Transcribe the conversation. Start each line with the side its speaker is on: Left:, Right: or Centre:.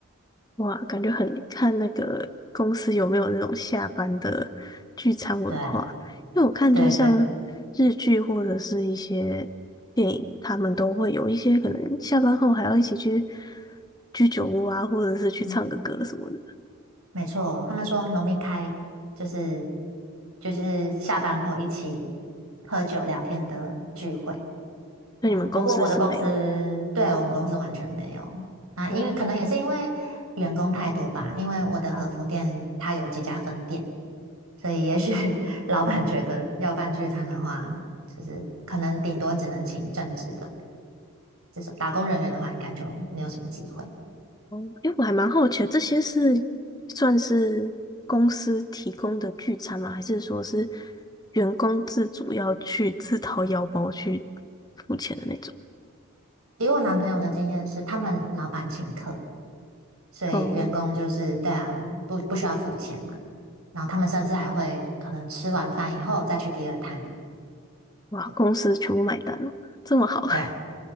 Left: 哇，感觉很看那个公司有没有那种下班的聚餐文化，
Right: 对
Left: 因为我看就是像日剧或者是一些电影，
Right: 对对，
Left: 他们都会有一些可能下班后还要一起去居酒屋啊，或者是去唱个歌什么的。
Right: 嗯。没错，他们说农民开就是就就是下班后一起喝酒聊天的聚会，
Left: 那你们公司是没有？
Right: 对啊。不过我的公司，对，我们公司完全没有啊，
Left: 哦，
Right: 因为可能也是因为员工太多吧，因为我的和服店它有几家分店，所以也许 <laughs> 老板觉得要办聚餐的话，就是可能顶多只能请正职的这种打工人员的话，应该就没有什么机会。
Left: 哦因为我还蛮好奇的，这些是算是公司提供的聚餐吗？还是说是员工自主要去自掏腰包去付钱的那种？
Right: 以我男朋友的经验是，他们老板请客。所以员工就是对啊，
Left: 哦。
Right: 不不需要付钱嘛。然后他们甚至还会可能吃完饭以后再去第二摊。
Left: 哇，
Right: 对
Left: 公司全部买单了，这么好？
Right: 对啊，
Left: <laughs>